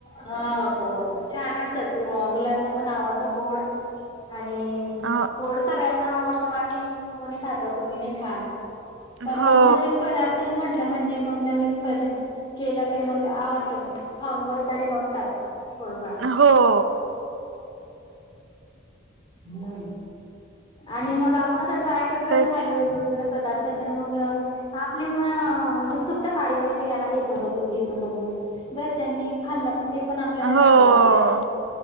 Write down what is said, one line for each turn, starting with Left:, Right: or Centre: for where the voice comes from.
Left: हां हो छान असतं बां मुलांना पणं आवडतो गोंड आणि
Right: अ
Left: गोड सगळ्यांना आवडतं बाकी कोणी खात कोणी नाही खात. पण
Right: हो
Left: मग नवीन पदार्थ म्हंटलं म्हणजे मग नवीन पद केलं का मग आवडत. तरी बघतात थोडंफार.
Right: हो.
Left: हो आणि मग आपण अस ट्राय करत
Right: तेच
Left: राहिल वेग एवढ पदार्थ तर मग आपलीसुकत वाडी नाही बी आता हेक बघू. ते बघू घरच्यांनी खाल्लं पण ते पण आपल्याला
Right: हो
Left: चांगलं वाटतं.